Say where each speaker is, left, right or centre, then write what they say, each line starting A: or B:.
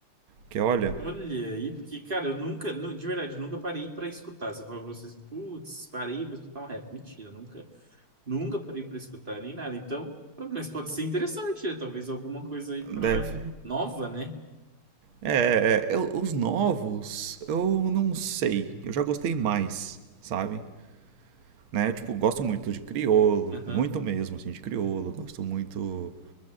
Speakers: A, on the right; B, on the right.
A: Porque olha,
B: Olha aí, porque, cara, eu nunca, nu- de verdade, eu nunca parei pra escutar. Você falou pra vocês, putz, parei pra escutar um rap. Mentira, nunca, nunca parei pra escutar nem nada. Então, mas pode ser interessante, né? Talvez alguma coisa aí pra
A: deve.
B: nova, né?
A: É, é, é, eu- os novos, eu não sei. Eu já gostei mais, sabe? Né? Tipo, gosto muito de criolo,
B: Aham,
A: muito mesmo, assim, de criolo. Gosto muito